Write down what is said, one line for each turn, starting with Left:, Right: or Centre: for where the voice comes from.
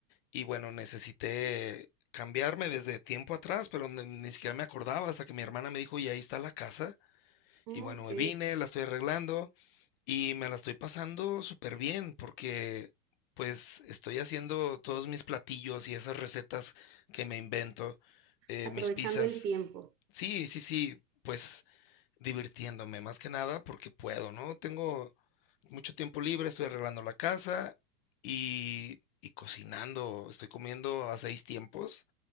Left: Y bueno, necesité cambiarme desde tiempo atrás, pero ni, ni siquiera me acordaba hasta que mi hermana me dijo, y ahí está la casa.
Right: Mm,
Left: Y bueno,
Right: Ok,
Left: me vine, la estoy arreglando y me la estoy pasando súper bien porque pues estoy haciendo todos mis platillos y esas recetas que me invento, eh,
Right: aprovechando
Left: mis pizzas.
Right: el tiempo.
Left: Sí, sí, sí, pues divirtiéndome más que nada porque puedo, ¿no? Tengo mucho tiempo libre, estoy arreglando la casa y, y cocinando, estoy comiendo a seis tiempos.